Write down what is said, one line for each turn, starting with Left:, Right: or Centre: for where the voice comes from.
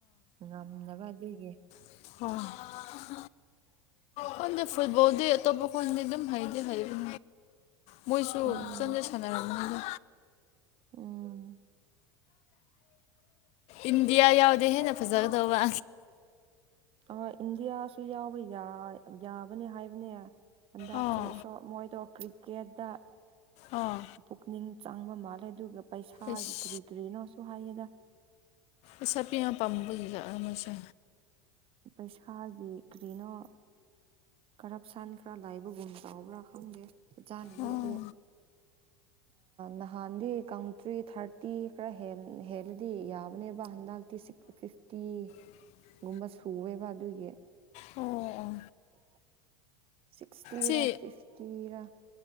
Right: ꯉꯝꯅꯕ ꯑꯗꯨꯏꯒꯤ
Left: ꯍꯣꯏ ꯀꯗ ꯐꯕꯣꯗ ꯇꯣꯄ ꯀ ꯑꯗꯨꯝ ꯍꯩꯗꯤꯦ ꯍꯥꯏꯩꯕ ꯃꯣꯏꯁꯨ
Right: ꯎꯝ
Left: ꯐꯖꯅ ꯁꯥꯟꯅꯔꯔꯕꯅꯤꯗ
Right: ꯎꯝ
Left: ꯏꯟꯗꯤꯌꯥ ꯌꯥꯎꯗꯦ ꯍꯦꯟꯅ ꯐꯖꯒꯗꯧꯕ
Right: ꯍꯣꯏ ꯏꯟꯗꯤꯌꯥꯁꯨ ꯌꯥꯎꯕ ꯌꯥꯕꯅꯦ ꯍꯥꯏꯕꯅꯦ ꯍꯟꯗꯛꯁꯦ
Left: ꯑꯣ
Right: ꯁ ꯃꯣꯏꯗꯣ ꯀ꯭ꯔꯤꯀꯦꯠꯇ
Left: ꯑꯣ
Right: ꯄꯨꯛꯅꯤꯡ ꯆꯪꯕ ꯃꯥꯜꯂꯦ ꯑꯗꯨꯒ ꯄꯩꯁꯥꯒꯤ
Left: ꯑꯁ
Right: ꯀꯔꯤ ꯀꯔꯤꯅꯣꯁꯨ ꯍꯥꯏꯌꯦꯗ
Left: ꯑꯁꯥ ꯄꯤꯌꯥꯥ ꯄꯥꯝꯝꯕꯕꯨ ꯍꯜꯥꯛ ꯃꯣꯏꯁꯦ
Right: ꯄꯩꯁꯥꯒꯤ ꯀꯔꯤꯅꯣ ꯀꯔꯞꯁꯟ ꯈꯔ ꯂꯥꯏꯕꯒꯨꯝ ꯆꯥꯎꯕ꯭ꯔꯥ ꯈꯪꯗꯦꯖꯥꯅꯗꯤ
Left: ꯑꯣ
Right: ꯑꯗꯣ ꯅꯍꯥꯟꯗꯤ ꯀꯥꯎꯟꯇ꯭ꯔꯤ ꯊꯥꯔꯇꯤ ꯈꯔ ꯍꯦꯜꯂꯗꯤ ꯌꯥꯕꯅꯦꯕ ꯍꯟꯗꯛ ꯐꯤꯇꯤ ꯐꯤꯐꯇꯤ
Left: ꯎ
Right: ꯒꯨꯝꯕ ꯁꯨꯋꯦꯕ ꯑꯗꯨꯒꯤ
Left: ꯑꯣ ꯑꯣ
Right: ꯎ ꯁꯤꯛꯁꯇꯤꯔꯥ
Left: ꯁꯤ
Right: ꯐꯤꯐꯇꯤꯔꯥ